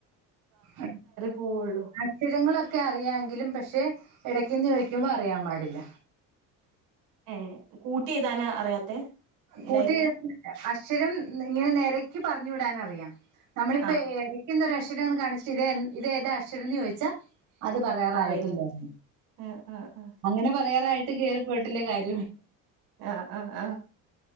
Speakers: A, on the right (about 65°); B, on the right (about 85°).
A: അക്
B: പോവുള്ളൂ
A: അക്ഷരങ്ങളൊക്കെ അറിയാെങ്കിലും പക്ഷെ ഇടയ്ക്കിന്ന് ചോദിക്കുമ്പോൾ അറിയാൻ പാടില്ല
B: ഏ കൂട്ടി എഴ്താനാ അറിയാത്തെ ഉണ്ടായിരുന്നേ
A: കൂട്ടി അക്ഷരം ഇങ്ങനെ നേരെ എനിക്ക് പറഞ്ഞ് വിടാനറിയാം നമ്മളിപ്പ
B: ആ
A: ഇടയ്ക്കുന്നൊര <unintelligible> കാണിച്ചട്ട് ഇത് ഇത ഏതാ അക്ഷരം എന്ന് ചോദിച്ചാ അത് പറയാറായിട്ടില്ലേ
B: അറിയാം ആ ആ ആ
A: അങ്ങനെ പറയാറായിട്ട് കേയറിപ്പോയിട്ടില്ല കാര്യം
B: ആഹ് ആഹ് ആഹ്